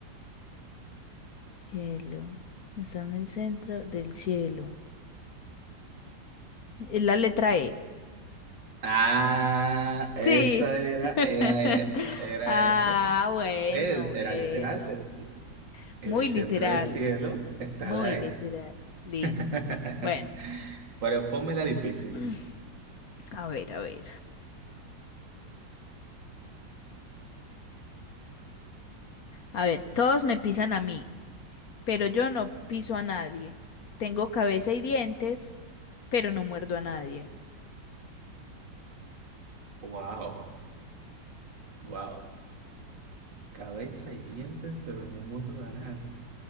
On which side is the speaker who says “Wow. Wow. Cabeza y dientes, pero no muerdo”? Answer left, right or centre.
Right